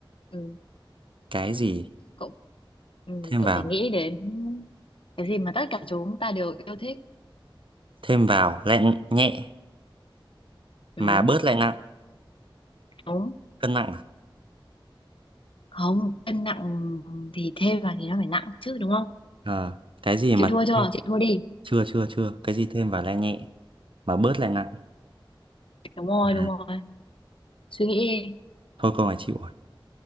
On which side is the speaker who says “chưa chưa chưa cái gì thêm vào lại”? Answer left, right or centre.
Right